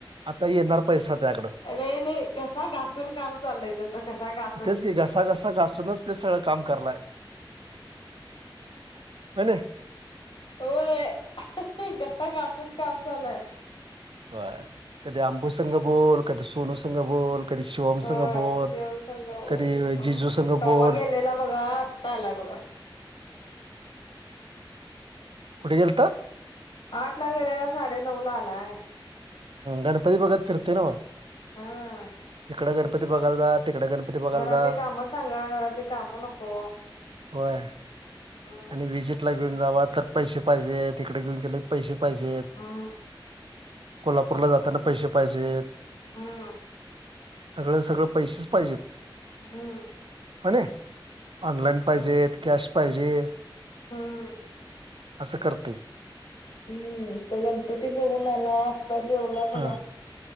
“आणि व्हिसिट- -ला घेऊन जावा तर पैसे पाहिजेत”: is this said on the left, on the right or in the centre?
Right